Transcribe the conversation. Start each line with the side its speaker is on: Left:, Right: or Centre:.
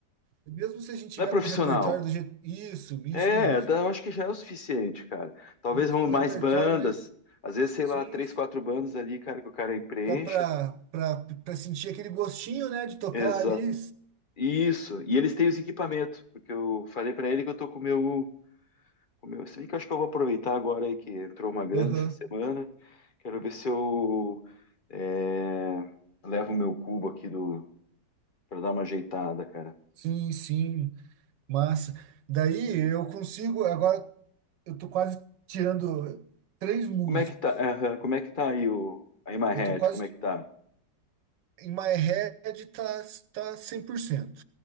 Right: mesmo se a gente tiver
Left: Não é profissional.
Right: com o repertório do jeito. Isso, isso
Left: É,
Right: mesmo.
Left: dá- eu acho que já é o suficiente, cara. Talvez
Right: Mesmo
Left: vão
Right: com
Left: mais
Right: o repertório,
Left: bandas,
Right: né?
Left: às vezes, sei
Right: Sim.
Left: lá, três, quatro bandas ali, cara, que o cara preencha.
Right: Só pra, pra, pra sentir aquele gostinho, né, de tocar
Left: Exato.
Right: ali.
Left: Isso. E eles têm os equipamentos, porque eu falei pra ele que eu tô com o meu, com o meu. Se bem que eu acho que eu vou aproveitar agora aí que entrou uma grana
Right: Aham.
Left: essa semana. Quero ver se eu é, levo o meu cubo aqui do para dar uma ajeitada, cara.
Right: Sim, sim. Massa. Daí eu consigo. Agora eu tô quase tirando três músicas.
Left: Como é que tá? aham, como é que tá aí o a In My Head?
Right: Eu tô quase
Left: Como é que tá?
Right: Em My Head tá, tá 100%.